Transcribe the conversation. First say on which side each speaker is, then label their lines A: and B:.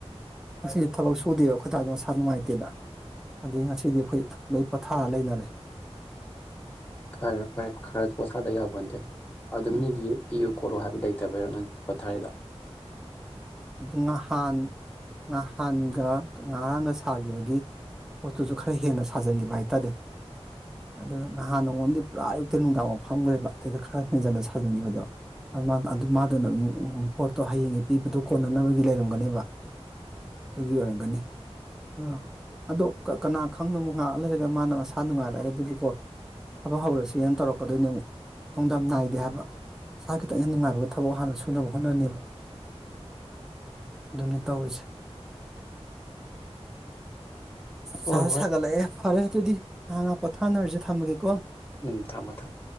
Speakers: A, in the centre; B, on the left.
A: ꯉꯁꯤꯗꯤ ꯊꯕꯛ ꯁꯨꯗꯦꯕ ꯈꯣꯏꯇꯥꯗꯣ ꯃꯁꯥ ꯅꯨꯡꯉꯥꯏꯇꯦꯅ ꯑꯗꯨꯒꯤ ꯉꯁꯤꯗꯤ ꯑꯈꯣꯏ ꯂꯣꯏ ꯄꯣꯊꯥꯔ ꯂꯩꯅꯔꯦ
B: ꯐꯔꯦ ꯐꯔꯦ ꯈꯔ ꯄꯣꯠꯊꯥꯗ ꯌꯥꯕꯣꯟꯇꯦ ꯑꯗꯨ
A: ꯎꯝ
B: ꯃꯤꯒꯤ ꯄꯤꯌꯨ ꯈꯣꯠꯂꯣ ꯍꯥꯏꯕ ꯂꯩꯇꯕꯩꯔꯣ ꯅꯣꯏ ꯄꯣꯊꯥꯏꯗꯣ
A: ꯑꯗꯨ ꯉꯍꯥꯟ ꯉꯍꯥꯟꯒ ꯉꯔꯥꯡꯒ ꯁꯥꯈꯤꯕꯒꯤ ꯄꯣꯠꯇꯨꯁꯨ ꯈꯔ ꯍꯦꯟꯅ ꯁꯥꯖꯟꯒꯤꯕ ꯍꯥꯏꯇꯥꯔꯦ ꯑꯗ ꯅꯍꯥꯟ ꯅꯣꯡꯃꯑꯝꯗꯤ ꯄꯨꯔꯥ ꯑꯌꯨꯛꯇꯩ ꯅꯨꯡꯗꯥꯡꯕꯧ ꯐꯝꯒ꯭ꯔꯦꯕ ꯑꯗꯩꯗ ꯈꯔ ꯍꯦꯟꯖꯟꯅ ꯁꯥꯖꯟꯒꯤꯕꯗꯣ <unintelligible> ꯑꯗꯨ ꯃꯥꯗꯨꯅ <unintelligible> ꯄꯣꯠꯇꯣ ꯍꯌꯦꯡꯒꯤ ꯄꯤꯕꯗꯣ ꯀꯣꯟꯅꯅꯕꯒꯤ ꯂꯩꯔꯝꯒꯅꯦꯕ ꯑꯗꯨꯒꯤ ꯑꯣꯏꯔꯝꯒꯅꯤ ꯑꯗ ꯑꯗꯣ ꯀ ꯀꯅꯥ ꯈꯪꯉꯝꯃꯣ ꯉꯍꯥꯛ ꯂꯩꯔꯒ ꯃꯥꯅ ꯃꯁꯥ ꯅꯨꯡꯉꯥꯏꯔꯛꯑꯒꯗꯤꯕꯀꯣ ꯊꯕꯛ ꯍꯧꯔꯁꯦꯅ ꯇꯧꯔꯛꯀꯗꯨꯏꯅꯦ ꯑꯃꯨꯛ ꯅꯨꯡꯗꯝ ꯅꯥꯏꯗꯦ ꯍꯥꯏꯕ ꯃꯁꯥ ꯈꯤꯇꯪ ꯍꯦꯛ ꯅꯨꯡꯉꯥꯏꯕꯒ ꯊꯕꯛ ꯍꯥꯟꯅ ꯁꯨꯅꯕ ꯍꯣꯠꯅꯅꯤꯕ ꯑꯗꯨꯅꯤ ꯇꯧꯔꯤꯁꯦ
B: ꯍꯣꯏ
A: ꯁꯥ
B: ꯍꯣꯏ
A: ꯁꯥꯒꯠꯂꯛꯑꯦ ꯐꯔꯦ ꯑꯗꯨꯗꯤ ꯉꯍꯥꯛ ꯉꯍꯥꯛ ꯄꯣꯊꯥꯅꯔꯖꯤ ꯊꯝꯃꯒꯦꯀꯣ
B: ꯎꯝ ꯊꯝꯃꯣ ꯊꯝꯃꯣ